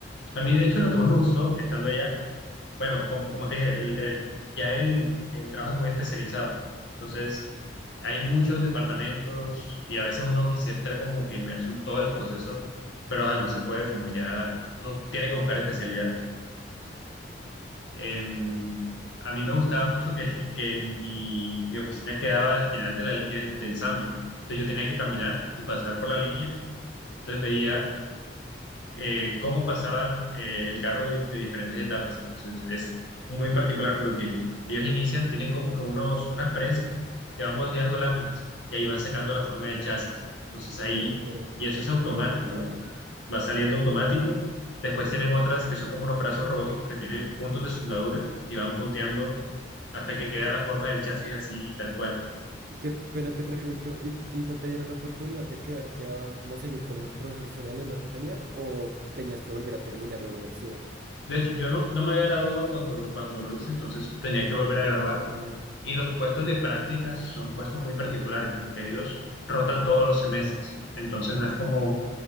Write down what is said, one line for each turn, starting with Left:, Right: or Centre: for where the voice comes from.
Left: A mí, de hecho, lo que más me gustó estando allá, bueno, como, como te dije, el, el- ya el, el trabajo es muy especializado. Entonces, hay muchos departamentos y a veces uno quisiera estar como que inmerso en todo el proceso, pero ajá, no se puede, como ya uno tiene que buscar especialidad. Eh, a mí me gustaba mucho que, que mi, mi oficina quedaba al final de la línea del, de ensamble. Entonces yo tenía que caminar y pasar por la línea. Entonces veía eh, cómo pasaban eh, el carro de, de diferentes etapas. Entonces es muy particular porque ellos inician, tienen como que unos, unas prensas que van moldeando láminas y ahí van sacando la forma del chasis. Entonces ahí,
Right: Oye, pero,
Left: y eso es automático,
Right: pero genial.
Left: entonces va saliendo automático. Después tienen otras que son como unos brazos robóticos que tienen puntos de soldadura y van punteando hasta que queda la forma del chasis así y tal cual.
Right: Y qué pena te pregunto, ¿y, y no te dieron la oportunidad de quedarte a cómo seguir con esos procesos en Alemania o tenías que volver a terminar la universidad?
Left: De hecho, yo no, no me había graduado cuando lo, cuando lo hice, entonces tenía que volver a graduarme.
Right: Ah,
Left: Y los puestos de prácticas son puestos muy particulares, porque ellos rotan todos los semestres. Entonces no es como